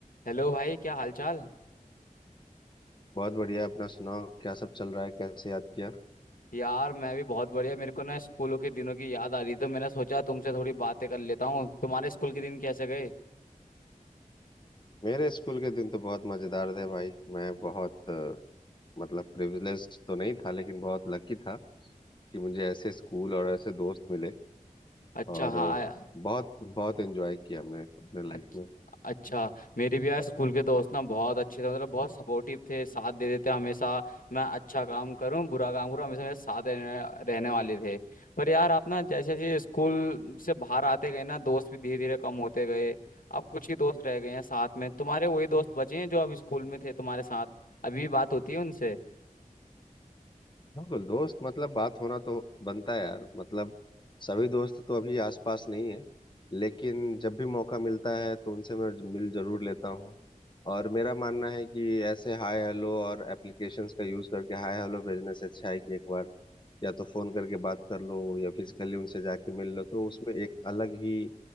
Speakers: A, on the left; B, on the left.
A: Hello भाई क्या हालचाल
B: बहुत बढ़िया अपना सुनाओ क्या सब चल रहा है कैसे याद किया
A: यार मैं भी बहुत बढ़िया मेरे को ना स्कूलों के दिनों की याद आ रही तो मैंने सोचा तुमसे थोड़ी बातें कर लेता हूँ तुम्हारे स्कूल के दिन कैसे गए
B: मेरे स्कूल के दिन तो बहुत मजेदार थे भाई मैं बहुत अ, मतलब प्रिविलेज्ड तो नहीं था लेकिन बहुत लकी था कि मुझे ऐसे स्कूल और ऐसे दोस्त मिले
A: अच्छा
B: और
A: हाँ
B: अ, बहुत बहुत एंजॉय किया हमने अपने लाइफ
A: अच्छ-
B: में
A: अच्छा मेरे भी यार स्कूल के दोस्त ना बहुत अच्छे थे मतलब बहुत सपोर्टिव थे साथ दे देते हमेशा मैं अच्छा काम करूं बुरा काम करूं हमेशा मेरे साथ रहने, रहने वाले थे पर यार आप ना जैसे जैसे स्कूल से बाहर आते गए ना दोस्त भी धीरे धीरे कम होते गए अब कुछ ही दोस्त रह गए हैं साथ में तुम्हारे वही दोस्त बचे हैं जो अब स्कूल में थे तुम्हारे साथ अभी भी बात होती है उनसे
B: हाँ तो दोस्त मतलब बात होना तो बनता है यार मतलब सभी दोस्त तो अभी आसपास नहीं है लेकिन जब भी मौका मिलता है तो उनसे मैं मिल जरूर लेता हूँ और मेरा मानना है कि ऐसे हाय हेलो और एप्लीकेशंस का यूज करके हाय हेलो भेजने से अच्छा है कि एक बार या तो फोन करके बात कर लो या फिजिकली उनसे जाके मिल लो तो उसमें एक अलग ही